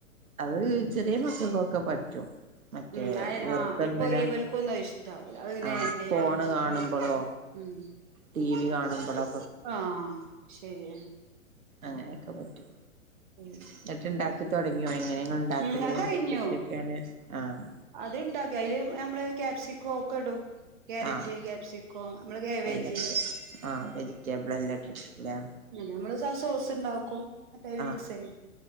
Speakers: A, on the right; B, on the right.
A: അത് ചെറിയ മക്കക്കൊക്കെ പറ്റും. മറ്റേ
B: ഉം അ
A: വെറുതെങ്ങനെ
B: ആഹ് ഇപ്പൊ ഇവൽക്കൊന്നും അയ് ഇഷ്ടാവൂല. അങ്ങനെ
A: ആഹ്
B: എണ്ണീലും
A: ഫോണ് കാണുമ്പളോ
B: അതി ഉം
A: ടി വി കാണുമ്പളും
B: ആഹ് ശരിയ
A: അങ്ങനയൊക്കെ പറ്റും
B: <unintelligible>
A: ഉചേൽത്തെ ഇണ്ടാക്കി തുടങ്ങിയോ? എങ്ങനേണ് ഉണ്ടാക്കല്?
B: ഉം അത് കഴിഞ്ഞു
A: എപ്പഴത്തേക്ക് ആണ്? ആഹ്
B: അത് ഇണ്ടാക്കി അയില് നമ്മള് ക്യാപ്സകം ഒക്ക ഇടും. ക്യാരറ്റ്
A: ആഹ്
B: ക്യാപ്സിക്കോം മ്മടെ ക്യാബേജ്
A: എല്ലട്ട് ആഹ് വെജിറ്റേബിൾ എല്ലാം ഇട്ടട്ടില്ലേ
B: എന്നിട്ടമ്മള് സോസ് ഉണ്ടാക്കും മറ്റതില്
A: ആഹ്
B: മിക്സ് ചെയ്യും.